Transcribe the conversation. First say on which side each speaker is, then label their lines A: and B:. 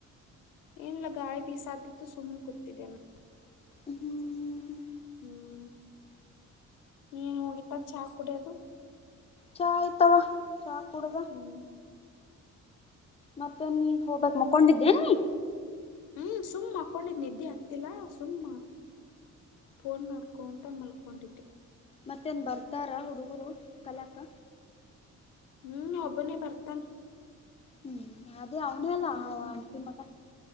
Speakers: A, on the left (about 85°); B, on the left (about 20°).
A: ಏನಿಲ್ಲ ಗಾಳಿ ಬೀಸಾತಿತ್ತು ಸುಮ್ಮ್ ಕೂತಿದೆ ಅಲ್ಲ
B: ಹ್ಮ್ ಹ್ಮ್ ಹ್ಮ್
A: ಹ್ಮ್ ನೀನ್ ಮುಗಿತ ಚಾ ಕುಡಿಯದು
B: ಚಾ ಆಯ್ತಾವ ಚಾ ಕುಡುದು
A: ಹ್ಮ್
B: ಮತ್ತೆ ನೀ ಮಕ್ಕೊಂಡಿದ್ದೇ ನೀ
A: ಹ್ಮ್ ಸುಮ್ಮ್ ಮಾಕ್ಕೊಂಡಿದ್ದೆ ನಿದ್ದೆ ಆಗ್ತಿಲ್ಲ ಸುಮ್ಮ್ ಫೋನ್ ನೋಡ್ಕೋ ಕೊಂತ ಮಲ್ಕೊಂಡಿದ್ದೆ
B: ಮತ್ತೇನ್ ಬರ್ತಾರ ಹುಡುಗರು ಕಲಿಯಕ್ಕ
A: ಹ್ಮ್ ಒಬ್ಬನೇ ಬರ್ತಾನೆ
B: ಹ್ಮ್ ಅದೇ ಅವನೇ ಅಲ್ಲ
A: ಹ್ಮ್
B: ಆ ಆಂಟಿ ಮಗ